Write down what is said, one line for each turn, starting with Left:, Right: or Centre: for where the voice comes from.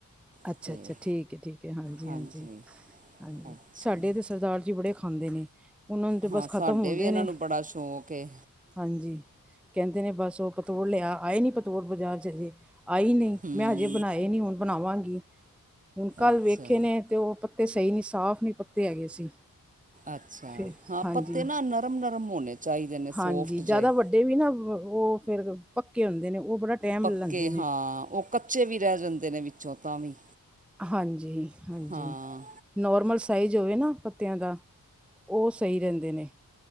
Centre: ਅੱਛਾ-ਅੱਛਾ
Right: ਅਤੇ
Centre: ਠੀਕ ਹੈ ਠੀਕ ਹੈ ਹਾਂਜੀ-ਹਾਂਜੀ
Right: ਹਾਂਜੀ
Centre: ਹਾਂਜੀ
Right: ਅੱਛਾ
Centre: ਸਾਡੇ ਤਾਂ ਸਰਦਾਰ ਜੀ ਬੜੇ ਖਾਂਦੇ ਨੇ ਉਹਨਾਂ ਨੂੰ ਤਾਂ ਬਸ
Right: ਹਾਂ
Centre: ਖਤਮ
Right: ਸਾਡੇ
Centre: ਹੁੰਦੇ
Right: ਵੀ ਇਹਨਾਂ
Centre: ਨੇ
Right: ਨੂੰ ਬੜਾ ਸ਼ੌਕ ਹੈ
Centre: ਹਾਂਜੀ ਕਹਿੰਦੇ ਨੇ ਬਸ ਉਹ ਪਤੋੜ ਲਿਆ ਆਏ ਨੀ ਪਤੋੜ ਬਾਜ਼ਾਰ ਚ ਅਜੇ ਆਈ ਨਹੀਂ
Right: ਹੂੰ
Centre: ਮੈਂ ਹਜੇ ਬਣਾਏ ਨਹੀਂ ਹੁਣ ਬਣਾਵਾਂਗੀ ਹੁਣ ਕੱਲ੍ਹ
Right: ਅੱਛਾ
Centre: ਵੇਖੇ ਨੇ ਤੇ ਉਹ ਤੇ ਸਹੀ ਨ ਸਾਫ਼ ਨੀ ਪੱਤੇ ਹੈਗੇ ਸੀ
Right: ਅੱਛਾ
Centre: ਫਿਰ
Right: ਹਾਂ
Centre: ਹਾਂਜੀ।
Right: ਪੱਤੇ ਨਾ ਨਰਮ-ਨਰਮ ਹੋਣੇ ਚਾਹੀਦੇ ਨੇ
Centre: ਹਾਂਜੀ
Right: ਸੋਫਟ
Centre: ਜਿਆਦਾ
Right: ਜਿਹੇ
Centre: ਵੱਡੇ ਵੀ ਨਾ ਉਹ ਫੇਿਰ ਪੱਕੇ ਹੁੰਦੇ ਨੇ ਉਹ ਬੜਾ ਟਾਈਮ
Right: ਪੱਕੇ
Centre: ਲੈਂਦੇ ਨੇ।
Right: ਹਾਂ ਉਹ ਕੱਚੇ ਵੀ ਰਹਿ ਜਾਂਦੇ ਨੇ ਵਿੱਚੋਂ ਤਾਂ ਵੀ
Centre: ਹਾਂਜੀ-ਹਾਂਜੀ
Right: ਹਾਂ
Centre: ਨੋਰਮਲ ਸਾਈਜ਼ ਹੋਵੇ ਨਾ ਪੱਤਿਆਂ ਦਾ ਉਹ ਸਹੀ ਰਹਿੰਦੇ ਨੇ